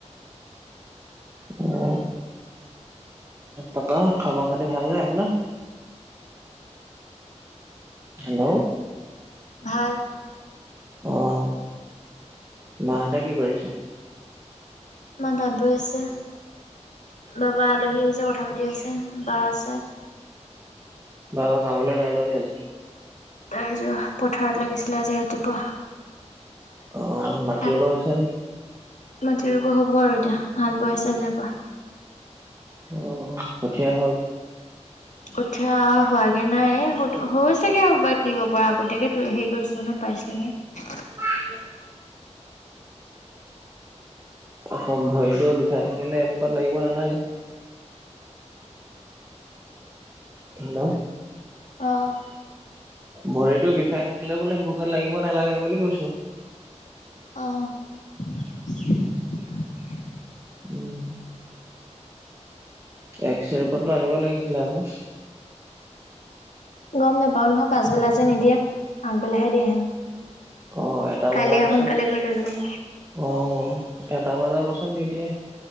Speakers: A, on the right; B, on the left.
A: অ, তাপৰা খবৰ খাতি ভাল নে আপোনাৰ? হেল্ল',
B: ভাল
A: অহ, মাহতে কি কৰিছে।
B: মা তাত বৈ আছে। বাবা আলহী আহিছে কথা পাতি আছে বা আছে।
A: বাবা কামলে নাই যোৱাানি আজি।
B: নাই যোৱা পথাৰত লাগিছিল আজি ৰাতিপুৱা
A: অ, মাটিব
B: হাল
A: হৈছে নে।
B: মাটি ৰুব হ'ব আৰু এতিয়া হাল বোৱাইছে যেনেবা
A: অ', কঠীয়া হ'ল?
B: কঠিয়া হোৱাগে নাই হৈছোগে বাই তুলিব পৰা আগতীয়াকে ত হেৰি কৰিছিল নয় পাইছিলে নহয়।
A: উ <unintelligible> অক ভৰিটো দুখাই থাকিলেোকত লাগিব নালাগে। হেল্ল',
B: অ',
A: ভৰিতো বিষাই থাকিলে বোলে সেইবোৰকত লাগিব নালাগে বুলি কৈছো
B: অ'
A: উম, এক্সে ৰিপৰ্ট টো আনিব লাগিছিলে আকৌ।
B: গম নাপাও নহয় পাছবেলা যে নিদিয়ে আগবেলাাহে দিয়ে হেনো।
A: অ, এটা
B: কাইলে
A: বজাৰ পাছত
B: সোনকালে গৈ লৈ ল'ব ন
A: অ, এটা বজাৰ পাছত নিদিয়ে